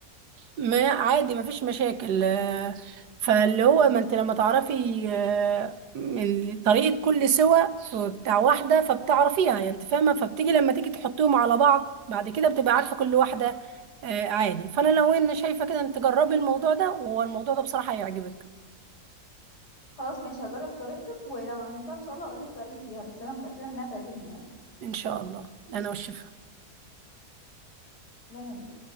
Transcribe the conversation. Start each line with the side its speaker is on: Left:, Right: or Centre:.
Right: ما عادي مفيش مشاكل آه، فاللي هو ما انت لما تعرفي آه، من طريقة كل سوى ف- بتاع واحدة فبتعرفيها يعني انت فاهمة فبتيجي لما تيجي تحطيهم على بعض بعد كده بتبقى عارفة كل واحدة آه، عادي فانا لو انا شايفة كده انت جربي الموضوع ده والموضوع ده بصراحة هيعجبك
Left: خلاص ماشي هجرب طريقتك ولو عملتها ان شاء الله هقولك رأيي فيها بس انا متأكدة انها تعجبني يعني
Right: ان شاء الله انا والشفاء
Left: الله يهنيك